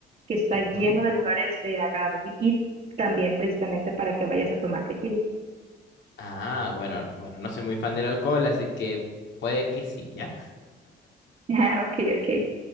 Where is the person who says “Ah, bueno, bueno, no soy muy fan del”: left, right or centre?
Left